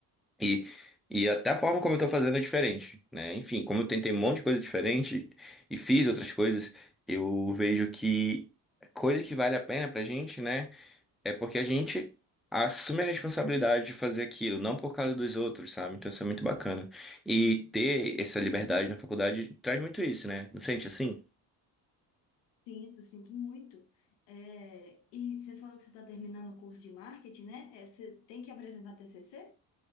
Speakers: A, in the centre; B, on the left.
A: E, e até a forma como eu tô fazendo é diferente, né? Enfim, como eu tentei um monte de coisa diferente e fiz outras coisas, eu vejo que coisa que vale a pena pra gente, né? É porque a gente assume a responsabilidade de fazer aquilo, não por causa dos outros, sabe? Então isso é muito bacana. E ter essa liberdade na faculdade traz muito isso, né? Não sente assim?
B: Sinto, sinto muito. É, e você falou que você está terminando o curso de marketing, né? É, você tem que apresentar TCC?